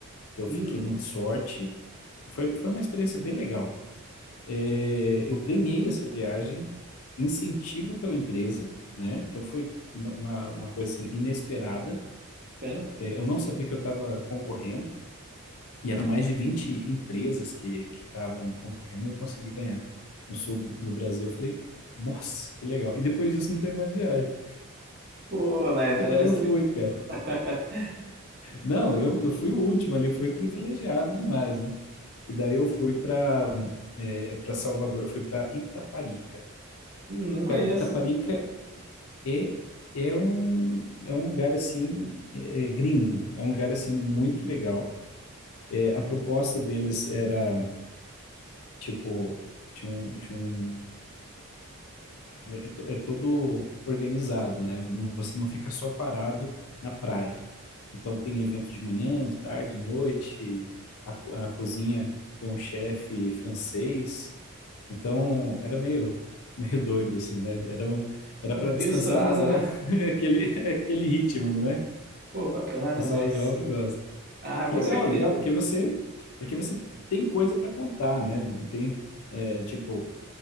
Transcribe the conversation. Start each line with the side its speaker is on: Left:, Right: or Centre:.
Left: que eu
Right: Hum,
Left: fiquei num resort. Foi, foi uma experiência bem legal. É, eu ganhei essa viagem, incentivo pela empresa, né? Então foi uma, uma, uma coisa assim, inesperada.
Right: bacana.
Left: É, eu não sabia que eu estava concorrendo, e eram mais de 20 empresas que que estavam concorrendo, e eu consegui ganhar no sul do, do Brasil. Eu falei, nossa, que legal. E depois disso não teve mais viagem.
Right: Pô, mas
Left: E
Right: pelo
Left: daí
Right: menos
Left: eu
Right: também.
Left: fui, cara.
Right: <laughs>
Left: Não, eu, eu fui o último ali, eu fui privilegiado demais, né? E daí eu fui para é, para Salvador, eu fui para Itaparica.
Right: Hum, não conheço.
Left: Cara, Itaparica é, é, um, é um lugar assim, é, é gringo, é um lugar assim muito legal. É, a proposta deles era, tipo, tinha um, tinha um, é, é to- é todo organizado, né? Não- Você não fica só parado na praia. Então tem evento de manhã, de tarde, de noite. A, co- a cozinha tem um chefe francês. Então era meio meio doido assim, né? Era um, era
Right: É
Left: para descansar,
Right: bem misturado,
Left: mas era
Right: né?
Left: <laughs> aquele aquele ritmo, né?
Right: Pô, bacana,
Left: O pessoal
Right: mas.
Left: jovem gosta.
Right: Ah,
Left: Legal,
Right: com certeza.
Left: legal, porque você porque você tem coisa para contar, né? Tem é, tipo